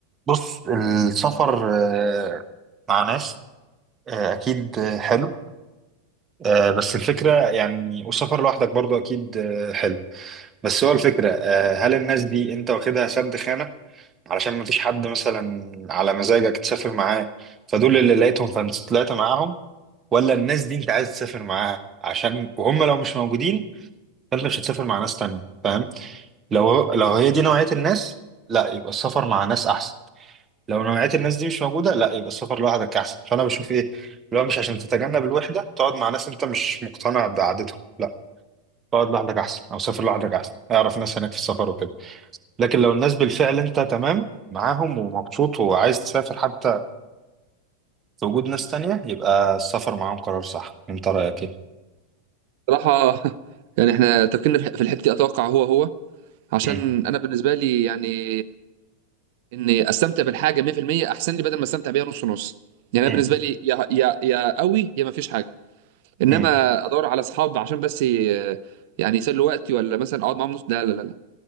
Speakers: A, on the right; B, on the right.
A: بص السفر آه، مع ناس آه، أكيد آه، حلو آه، بس الفكرة يعني والسفر لوحدك برضو أكيد آه، حلو بس هو الفكرة آه، هل الناس دي أنت واخدها سد خانة علشان مفيش حد مثلا على مزاجك تسافر معاه فدول اللي لقيتهم فأنت طلعت معاهم ولا الناس دي أنت عايز تسافر معاها عشان وهم لو مش موجودين فأنت مش هتسافر مع ناس تانية فاهم لو لو هي دي نوعية الناس لا يبقى السفر مع ناس أحسن لو نوعية الناس دي مش موجودة لا يبقى السفر لوحدك أحسن فأنا بشوف إيه لو مش عشان تتجنب الوحدة تقعد مع ناس أنت مش مقتنع بعادتهم لا اقعد لوحدك أحسن أو سافر لوحدك أحسن أعرف ناس هناك في السفر وكده لكن لو الناس بالفعل أنت تمام معاهم ومبسوط وعايز تسافر حتى في وجود ناس تانية يبقى السفر معاهم قرار صح أنت رأيك إيه؟
B: صراحة <laughs> يعني احنا تفكيرنا في في الحتة دي اتوقع هو هو عشان
A: مم.
B: انا بالنسبة لي يعني اني استمتع بالحاجة 100% احسن لي بدل ما استمتع بيها نص نص يعني
A: مم.
B: انا بالنسبة لي يا يا يا قوي يا ما فيش حاجة انما
A: مم.
B: ادور على اصحاب عشان بس ي- يعني يسلوا وقتي ولا مثلا اقعد معاهم نص لا لا لا لا